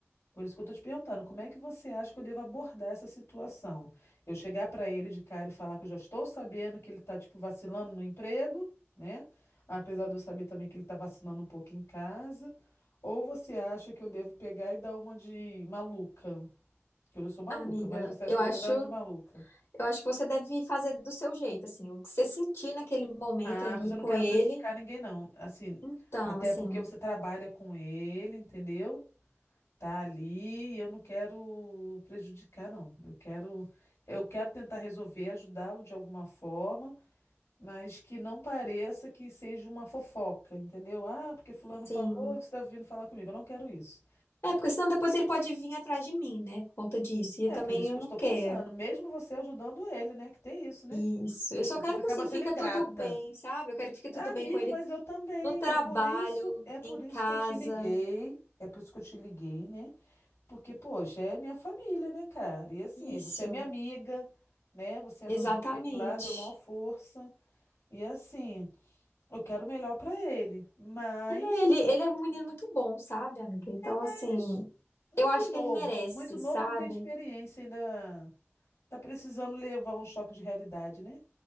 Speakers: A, on the left; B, on the left.
A: Por isso que eu tô te perguntando, como é que você acha que eu devo abordar essa situação? Eu chegar para ele de cara e falar que eu já estou sabendo que ele tá, tipo, vacilando no emprego, né? Apesar de eu saber também que ele tá vacilando um pouco em casa. Ou você acha que eu devo pegar e dar uma de maluca? Que eu já sou maluca,
B: Ah, Amiga,
A: mas você acha
B: eu
A: que
B: acho,
A: eu devo dar uma
B: eu
A: de maluca?
B: acho que você deve fazer do seu jeito, assim, o que você sentir naquele momento
A: Ah,
B: ali
A: mas eu
B: com
A: não quero
B: ele.
A: prejudicar ninguém, não. Assim,
B: Então,
A: até
B: assim,
A: porque você trabalha com ele, entendeu? Tá ali, e eu não quero prejudicar, não. Eu quero, eu quero tentar resolver, ajudá-lo de alguma forma, mas que não pareça que seja uma fofoca, entendeu? Ah, porque fulano
B: sim.
A: falou, você está vindo falar comigo. Eu não quero isso.
B: É, porque senão depois ele pode vir atrás de mim, né, por conta disso. E
A: É
B: eu também
A: por isso
B: eu
A: que eu
B: não
A: estou
B: quero.
A: pensando, mesmo você ajudando ele, né? Que tem isso, né?
B: Isso.
A: Que
B: Eu
A: as
B: só
A: pessoas
B: quero
A: acabam
B: que assim
A: sendo
B: fica
A: ingrata.
B: tudo bem, sabe? Eu quero que fique tudo
A: Amiga,
B: bem com ele
A: mas eu também.
B: no trabalho,
A: É por isso, é por
B: em
A: isso
B: casa.
A: que eu te liguei. É por isso que eu te liguei, né? Porque, poxa, é minha família, né, cara? E assim,
B: Isso.
A: você é minha amiga, né? Você arranjou
B: Exatamente.
A: pra ele lá, deu maior força. E assim, eu quero o melhor pra ele. Mas,
B: Ele, ele é um menino muito bom, sabe, amiga? Então, assim,
A: mas muito
B: eu acho
A: novo,
B: que ele merece,
A: muito novo,
B: sabe?
A: não tem experiência ainda. Tá precisando levar um choque de realidade, né?